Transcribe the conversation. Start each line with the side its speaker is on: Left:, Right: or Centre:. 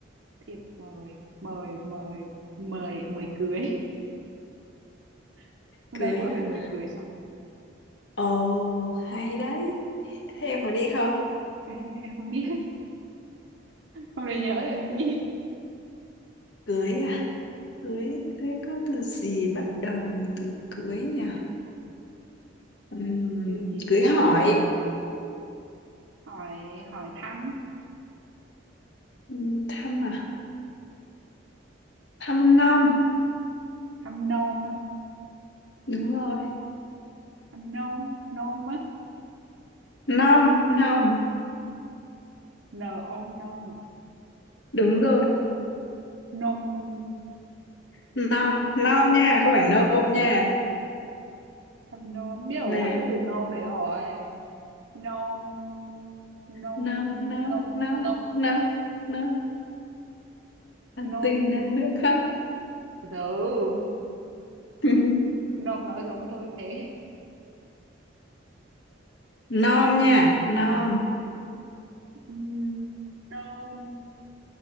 Right: thiệp mời mời mời mời mời cưới <laughs> hôm
Left: cưới
Right: nay mới
Left: à?
Right: bị mời cưới xong
Left: Ồ, hay đấy. Thế em có đi không?
Right: <laughs> em không biết hôm nay nhớ là em đi
Left: Cưới à? Cưới, cưới có từ gì bắt đầu bằng từ cưới nhỉ? Ừm,
Right: siêu nhiều
Left: cưới hỏi.
Right: hỏi hỏi thăm
Left: Ừm, thăm à? Thăm nom.
Right: thăm nôm á
Left: Đúng rồi.
Right: thăm nôm nôm á
Left: Nom, nom.
Right: n ôm nôm à
Left: Đúng rồi.
Right: nôm
Left: Nom, nom nha, không phải nôm nha.
Right: thăm nôm biết rồi
Left: Nào,
Right: biết từ nôm đấy rồi nôm nôm
Left: nom, nom,
Right: nôm
Left: nom,
Right: nôm
Left: nom, nom. Ăn
Right: nôm
Left: tin
Right: gì?
Left: nào được không?
Right: từ từ
Left: <laughs>
Right: nôm nói giống tôi thế
Left: Nom nha, nom,
Right: Ừm, nôm